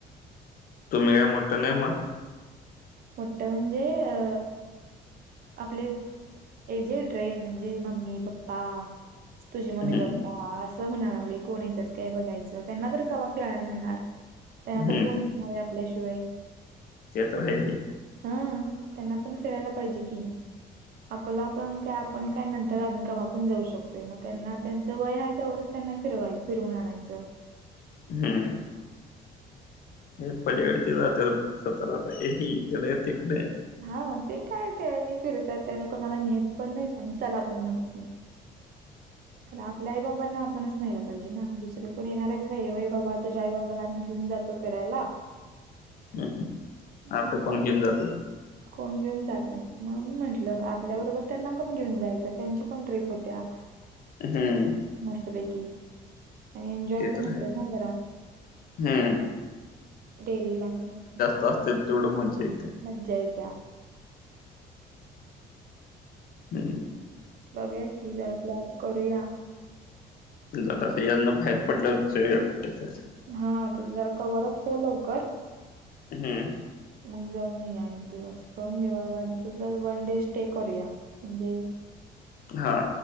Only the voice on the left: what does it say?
तुम्ही काय मोठं नाही मग
हम्म
हम्म
ते तर हाय की
हम्म हे पलीकडचे जात सत आ इकडे तिकडे
<inaudible>
हम् असंल
कोणाला
घेऊन जातील.
हम्म.
ते
तर
आहे
हम्म
तू असतील तेवढं मजा येते.
हम्
जात अस यांना बाहेर पडल सगळं कुठ <unintelligible>
हम्म.
हा.